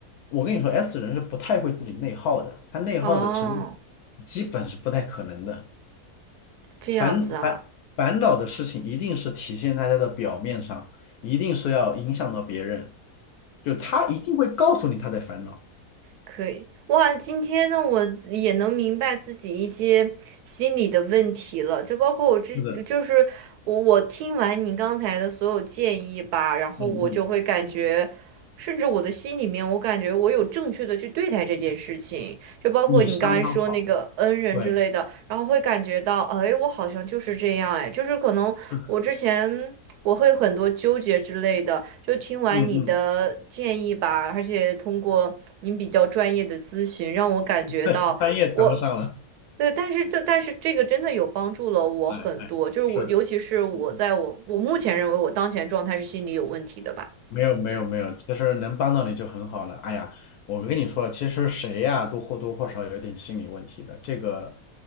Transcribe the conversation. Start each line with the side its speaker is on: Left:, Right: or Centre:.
Left: 我跟你说，S 人是不太会自己内耗的，他内耗的程度
Right: 哦，
Left: 基本是不太可能的，
Right: 这样子啊。
Left: 烦烦烦恼的事情一定是体现在他的表面上，一定是要影响到别人。就他一定会告诉你他在烦恼。
Right: 可以，哇，今天呢，我也能明白自己一些心理的问题了，就包括我这，
Left: 是的，
Right: 就是我我听完你刚才的所有建议吧，然后我就会感觉，
Left: 嗯嗯，
Right: 甚至我的心里面，我感觉我有正确的去对待这件事情，就包括你刚才说那个恩人之类的，
Left: 你相当好，对，
Right: 然后会感觉到，哎，我好像就是这样，哎，就是可能我之前。
Left: 是的，
Right: 我会很多纠结之类的，就听完你的建议吧，
Left: 嗯嗯，
Right: 而且通过您比较专业的咨询，让我感觉到我，
Left: <laughs> 专业谈不上了，
Right: 对，但是这但是这个真的有帮助了我很多，
Left: 哎哎，
Right: 就是我尤其是我在我我目前认为我当前状态是心理有问题的吧，
Left: 是，嗯没有没有没有，
Right: 嗯
Left: 其实能帮到你就很好了。哎呀，我跟你说，其实谁呀、都或多或少有点心理问题的。这个